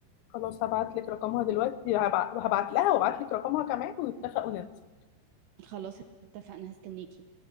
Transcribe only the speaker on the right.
خلاص اتفقنا هستنيكي